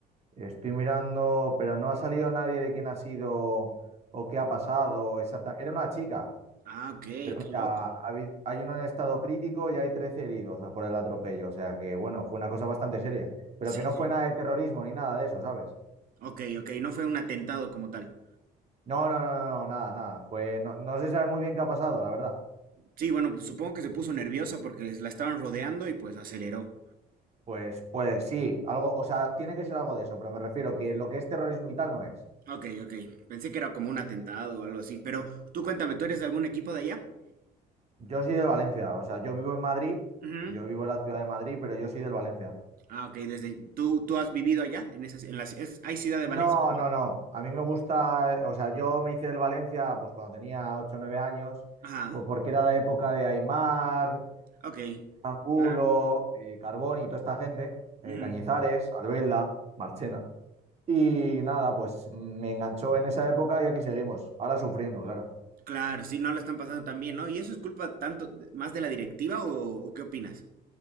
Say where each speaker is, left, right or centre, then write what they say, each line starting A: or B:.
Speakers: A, on the right; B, on the right.
A: Estoy mirando, pero no ha salido nadie de quién ha sido o qué ha pasado. Exacta- Era una chica,
B: Ah, ok, qué
A: pero mira,
B: loco.
A: ha habi- hay uno en estado crítico y hay 13 heridos por el atropello. O sea que, bueno, fue una cosa bastante seria. Pero
B: Sí,
A: que no
B: sí.
A: fue nada de terrorismo ni nada de eso, ¿sabes?
B: Ok, ok, no fue un atentado como tal.
A: No, no, no, no, no, nada, nada. Fue, no, no se sabe muy bien qué ha pasado, la verdad.
B: Sí, bueno, pues supongo que se puso nerviosa porque la estaban rodeando y pues aceleró.
A: Pues, pues sí, algo, o sea, tiene que ser algo de eso, pero me refiero que lo que es terrorismo y tal no es.
B: Ok, ok. Pensé que era como un atentado o algo así, pero tú cuéntame, ¿tú eres de algún equipo de allá?
A: Yo soy del Valencia, o sea, yo vivo en Madrid,
B: Ujú.
A: yo vivo en la ciudad de Madrid, pero yo soy del Valencia.
B: Ah, ok, desde tú tú has vivido allá en esas en las es- hay ciudad de Valencia,
A: No,
B: ¿verdad?
A: no, no. A mí me gusta, eh, o sea, yo me hice del Valencia pues cuando tenía 8, o 9 años,
B: Ajá.
A: pues porque era la época de Aimar,
B: Ok.
A: Angulo,
B: Claro.
A: eh, Carboni y toda esta gente, eh,
B: Ujú.
A: Cañizares, Albelda, Marchena. Y nada, pues mm, me enganchó en esa época y aquí seguimos, ahora sufriendo, claro.
B: Claro, sí, no la están pasando tan bien, ¿no? ¿Y eso es culpa tanto de- más de la directiva o, o qué opinas?